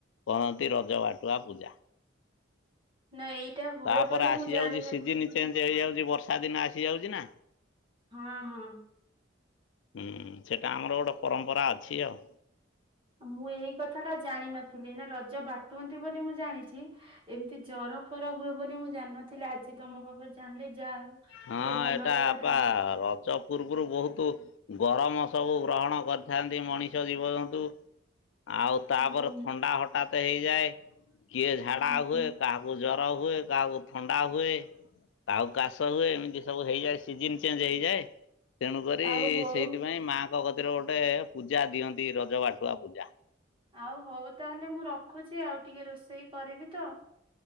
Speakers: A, on the left; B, on the right.
A: କରନ୍ତି ରଜ ବାଟୁଆ ପୂଜା
B: ନା ଏଇଟା ହୁଏ
A: ତାପରେ
B: ବୋଲି
A: ଆସିଯାଉଛି
B: ମୁଁ ଜାଣିନଥିଲି?
A: ସିଜିନ ଚେଞ୍ଜ ହେଇଯାଉଛି ବର୍ଷା ଦିନ ଆସିଯାଉଛି ନା
B: ହଁ ହଁ
A: ହୁଁ ସେଟା ଆମର ଗୋଟେ ପରମ୍ପରା ଅଛି ଆଉ?
B: ମୁଁ ଏଇ କଥା ଟା ଜାଣିନଥିଲି ନା ରଜ ବାଟୁନ୍ତି ବୋଲି ମୁଁ ଜାଣିଛି ଏମିତି ଜର ଫର ହୁଏ ବୋଲି ମୁଁ ଜାଣିନଥିଲି ଆଜି ତମ ପାଖରେ ଜାଣିଲି? ଯାହା ହଉ
A: ହଁ
B: ଗୋଟେ ଭଲ
A: ଏଇଟାପା
B: କଥା ଜାଣିଲି
A: ରଜ ପୂର୍ବରୁ ବହୁତ ଗରମ ସବୁ ଗ୍ରହଣ କରିଥାନ୍ତି ମଣିଷ ଜୀବନ୍ତୁ ଆଉ ତାପରେ
B: ହୁଁ
A: ଥଣ୍ଡା ହଠାତ୍ କହିଯାଏ କିଏ
B: ହୁଁ
A: ଝାଡା ହୁଏ କାହାକୁ ଜର ହୁଏ କାହାକୁ ଥଣ୍ଡା ହୁଏ କାହା କାସ ହୁଏ ଏମିତି ସବୁ ହେଇଯାଏ ସିଜନ ଚେଞ୍ଜ ହେଇଯାଏ। ତେଣୁକରି
B: ଆଉ ହଉ
A: ସେଇଥିପାଇଁ ମା ଙ୍କ କତିର ଗୋଟେ ପୂଜା ଦିଅନ୍ତି ରଜ ବାଟୁଆ ପୂଜା।
B: ଆଉ ହଉ ତାହେଲେ ମୁଁ ରଖୁଚି ଆଉ ଟିକେ ରୋଷେଇ କରିବି ତ।